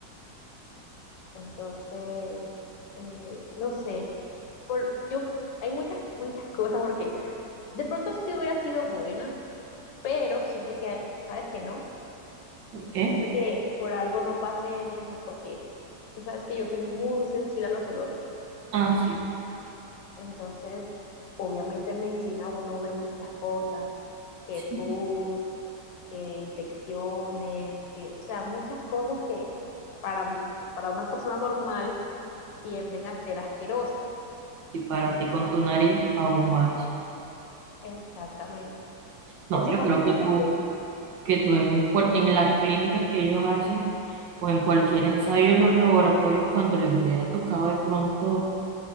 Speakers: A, on the left; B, on the right.
A: Entonces, eh, no sé, por, yo, hay muchas, muchas cosas porque de pronto sí hubiera sido buena, pero siento que, ¿sabes que no?
B: ¿Por qué?
A: Siento que por algo no pasé en eso porque tú sabes que yo soy muy sensible a los olores.
B: Ah, sí.
A: Entonces, obviamente en medicina uno ve muchas cosas, que
B: sí.
A: pus, que infecciones, que, o sea, muchas cosas que para, para una persona normal tienden a ser asquerosas.
B: Y para ti con tu nariz aún más.
A: Exactamente.
B: No,
A: En su
B: yo
A: momento,
B: creo que
A: pues
B: tú,
A: yo,
B: que tú en, cual- en las clínicas que ellos hacen o en cualquier ensayo en los laboratorios, cuando les hubiera tocado de pronto